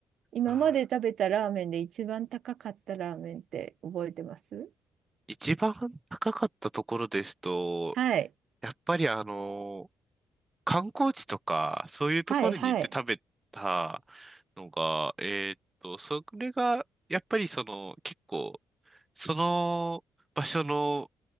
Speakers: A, on the right; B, on the right.
A: 今まで食べたラーメンで一番高かったラーメンって覚えてます
B: ああ、一番高かったところですと、
A: はい。
B: やっぱりあの観光地とか、そういうところに行って食べた
A: はい、はい。
B: のが、えーっと、それが、やっぱりその、結構、その場所の